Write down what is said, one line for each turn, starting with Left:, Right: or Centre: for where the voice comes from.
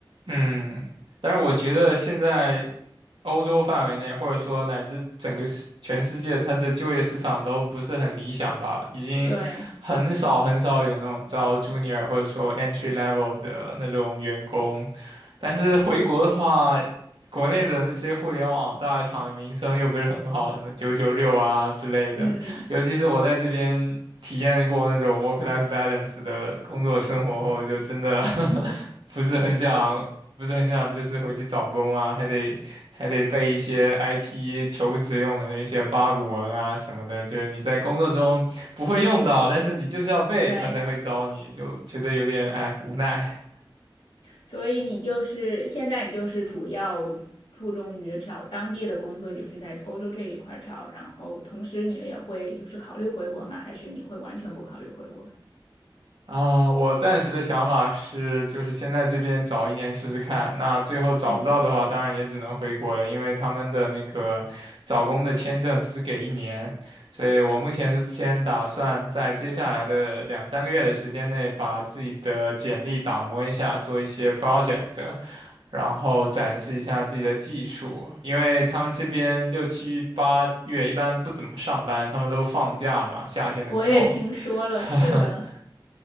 Right: 嗯，但是我觉得现在欧洲范围内，或者说乃至整个世全世界，它的就业市场都不是很理想吧，已经很少很少有那种招
Left: 对，
Right: junior 或者说 entry level 的那种员工。但是回国的话，国内的那些互联网大厂的名声又不是很好，什么九九六啊之类的，
Left: 嗯，
Right: 尤其是我在这边体验过那种 work-life balance 的工作生活后，就真的 <laughs> 不是很想。不是很想就是回去找工啊，还得还得背一些 IT 求职用的那些八股文啊什么的，就是你在工作中不会用到，但是你就是要背，
Left: 对，
Right: 他才会招你，就觉得有点哎无奈。
Left: 所以你就是现在你就是主要注重于找当地的工作，就是在欧洲这一块找，然后同时你也会就是考虑回国吗？还是你会完全不考虑回国？
Right: 啊，我暂时的想法是，就是先在这边找一年试试看。那最后找不到的话，
Left: 嗯。
Right: 当然也只能回国了，因为他们的那个找工的签证只给一年，所以我目前是先打算在接下来的两三个月的时间内，把自己的简历打磨一下，做一些 project，然后展示一下自己的技术。因为他们这边六七八月一般不怎么上班，他们都放假了嘛，夏天的时候。
Left: 我也听说了，
Right: <laughs>
Left: 是的，